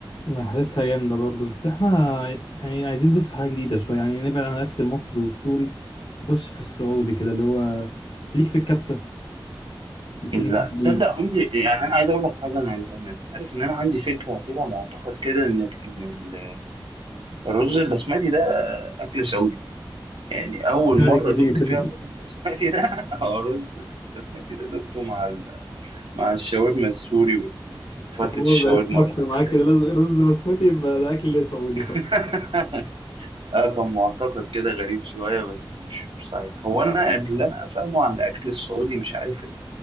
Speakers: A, on the left; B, on the right.
A: لا حاسسها جامدة برضه بس احنا يعني عايزين ندوس في حاجة جديدة شوية يعني نبعد عن الأكل المصري والسوري نخش في السعودي كده اللي هو ليك في الكبسة في
B: لا
A: المهدي
B: تصدق عمري يعني أنا عايز أقول لك حاجة أنا أنت أنت عارف إن أنا عندي فكرة كده معتقد كده إن إن ال- الرز البسمتي ده أكل سعودي يعني أول
A: الفرقة
B: مرة
A: الجديدة
B: دقت فيها
A: دي
B: الرز البسمتي ده <laughs> هو الرز البسمتي ده دقته مع ال... مع الشاورما السوري
A: <laughs>
B: وفتة
A: فخلاص
B: الشاورما
A: بقت ثابتة
B: والحاجات
A: معاك
B: دي
A: كده لازم الرز بسمتي يبقى ده أكل سعودي
B: <laughs> اه كان معتقد كده غريب شوية بس مش مش صحيح هو أنا اللي أنا أفهمه عن الأكل السعودي مش عارف ال-